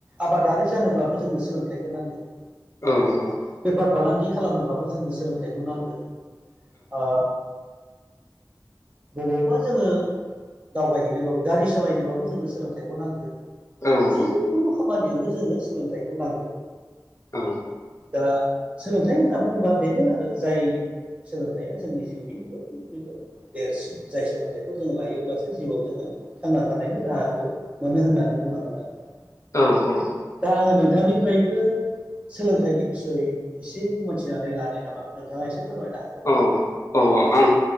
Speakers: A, on the right; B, on the left.
A: आबादारि जानोब्लाबो जोंनो सोलोंथाइखौ नांगोन
B: औ औ
A: बेफार फालांगि खालामनोबाबो जोंनो सोलोंथाइखौ नांगोन ओ बबावबा जोङो दावबायहैनो गारि सालायनोबाबो जोंनो सोलोंथाइखौ नांगोन
B: औ
A: जिुकुनु खामानि गिबियावनो जोंनो सोलोंथाइखौ नांगोन
B: औ
A: दा सोलोंथाइ होनना बुङोबा बेनो आरो जाय सोलोंथाइया जोंनि जिउनि बयनिख्रुइबो देरसिन जाय सोलोंथाइखौ जोंङो लायोब्लासो जिउआव जोंङो थांना थानायनि राहाखौ मोनो होननानै बुंनांगोन आरो
B: औ औ
A: दा आङो नोंथांनिफ्रायबो सोलोंथाइनि बिसय एसे मोनथिनानै लानो <unintelligible> नोंथाङा एसे फोरमायनो हागोन
B: औ अ आं